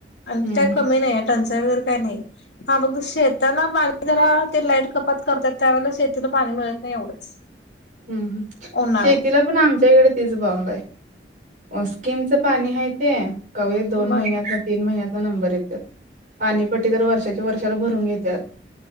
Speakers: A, on the left; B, on the right.
A: आणि
B: हम्म
A: काय
B: हम्म
A: कमी नाही टंचाई वगैरे काय नाही हा बघत शेताला पाणी जरा ते लाईट कपात करतात त्यावेळेला शेतीला पाणी मिळत नाही एवढंच
B: हम्म
A: उन्हाळ्यात
B: शेतीला पण आमच्या इकडे तिच बॉम्ब आहे उस्किमच पाणी ह ते. क दोन
A: मग
B: महिन्यात. तीन महिन्याचा नंबर येतात पाणीपट्टी तर वर्षाच्या वर्षाला भरून घेतात.